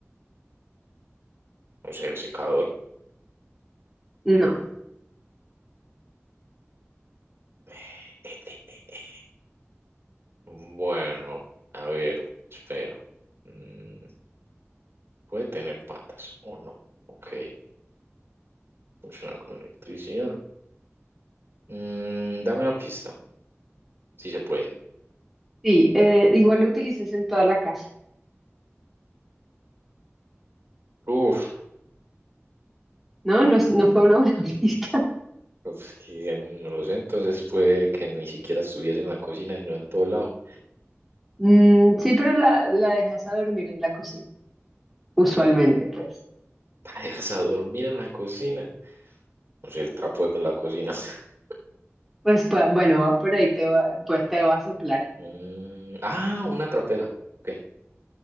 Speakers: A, on the right; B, in the centre.
A: No sé, el secador.
B: No.
A: <sighs> Bueno, a ver, espera. Mm, puede tener patas o no. Ok. Funciona con electricidad. Mm, dame una pista, si se puede.
B: Sí, eh, igual lo utilices en toda la casa,
A: Uf,
B: ¿no? No, es- no fue una buena <laughs> pista.
A: pues que no lo sé. Entonces puede que ni siquiera estuviese en la cocina y no en todo lado.
B: Mm, sí, pero la, la dejas a dormir en la cocina, usualmente, pues.
A: <laughs> La dejas a dormir en la cocina. No sé, el trapo de la cocina. <laughs>
B: Pues, pa- bueno, va por ahí, te va, pues te va a soplar
A: Mm, ah, una trapera. Ok.